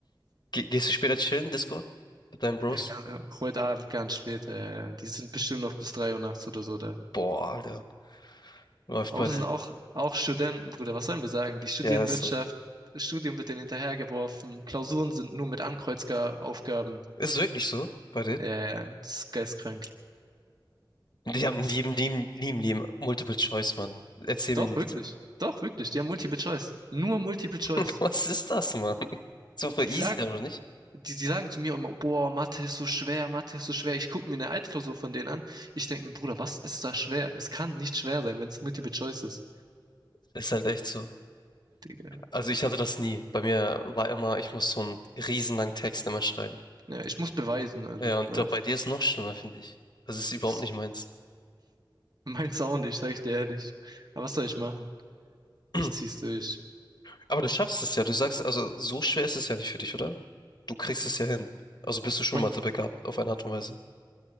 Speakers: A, on the left; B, on the right.
A: Ge gehst du später chillen, Discord? Mit deinen Bros?
B: ja, ganz, äh, heute Abend ganz spät, äh, die sind bestimmt noch bis drei Uhr nachts oder so da.
A: Boah, Alter. Läuft
B: Aber
A: bei
B: das
A: denen.
B: sind auch, auch Studenten, Bruder, was sollen wir sagen? Die studieren
A: Ja, ist
B: Wirtschaft,
A: so.
B: das Studium wird denen hinterhergeworfen, Klausuren sind nur mit Ankreuzaufgaben.
A: Ist wirklich so, bei denen?
B: Äh, das ist geistkrank. Die
A: Die haben
B: sind-
A: die, die, die, die, die Multiple Choice, Mann. Erzähl
B: Doch,
A: mir nichts.
B: wirklich. Doch, wirklich. Die haben Multiple Choice. Nur Multiple Choice.
A: <laughs> Was ist das, Mann? So voll
B: Die
A: easy,
B: sagen,
A: oder nicht?
B: Die, die sagen zu mir immer, boah, Mathe ist so schwer, Mathe ist so schwer. Ich gucke mir eine Altklausur von denen an. Ich denke mir, Bruder, was ist da schwer? Es kann nicht schwer sein, wenn es Multiple Choice ist.
A: Ist halt echt so.
B: Digga.
A: Also ich hatte das nie. Bei mir war immer, ich muss so einen riesenlangen Text immer schreiben.
B: Ja, ich muss beweisen, also,
A: Ja, und
B: ja,
A: da, bei dir ist noch schlimmer, finde ich. Das ist überhaupt
B: das
A: nicht meins.
B: meint's <laughs> auch nicht, sag ich dir ehrlich. Aber was soll ich machen?
A: <clears throat>
B: Ich zieh's durch.
A: Aber du schaffst es ja. Du sagst, also so schwer ist es ja nicht für dich, oder? Du kriegst es ja hin. Also bist du schon
B: Man,
A: Mathe begabt, auf eine Art und Weise.